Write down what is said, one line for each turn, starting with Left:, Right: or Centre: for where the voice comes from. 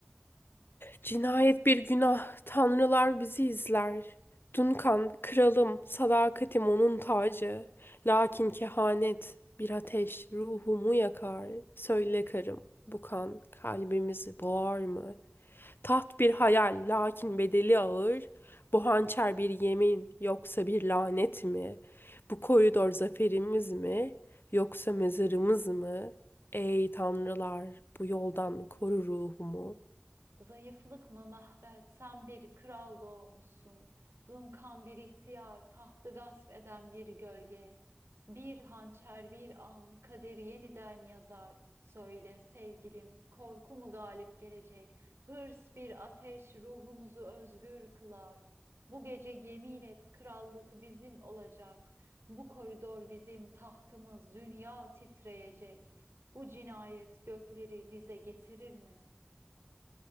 Left: Cinayet bir günah, tanrılar bizi izler. Duncan kralım, sadakatim onun tacı. Lakin kehanet, bir ateş ruhumu yakar. Söyle karım, bu kan kalbimizi boğar mı? Taht bir hayal, lakin bedeli ağır. Bu hançer bir yemin, yoksa bir lanet mi? Bu koridor zaferimiz mi, yoksa mezarımız mı? Ey tanrılar, bu yoldan koru ruhumu.
Right: Zayıflık mı Mehmet? Sen bir kral doğmuşsun. Dunkan bir ihtiyar, tahtı gasp eden bir gölge. Bir hançer bir an kaderi yeniden yazar. Söyle sevgilim, korku mu galip gelecek? Hırs bir ateş ruhumuzu özgür kılar. Bu gece yemin et krallık bizim olacak. Bu koridor bizim tahtımız, dünya titreyecek. Bu cinayet gökleri dize getirir mi?